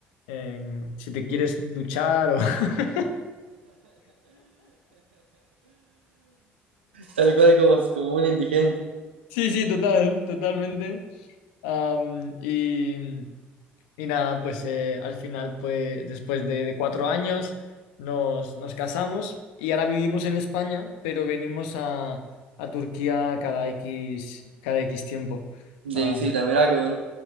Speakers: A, on the left; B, on the right.
A: em, si te quieres duchar o... <laughs>
B: Tal cual como, como un indigente.
A: Sí, sí, total, totalmente. Am, y, Y nada, pues eh, al final, pues después de, de cuatro años nos, nos casamos y ahora vivimos en España, pero venimos a, a Turquía cada X, cada X tiempo.
B: De
A: Ah,
B: visita, mirá que bueno.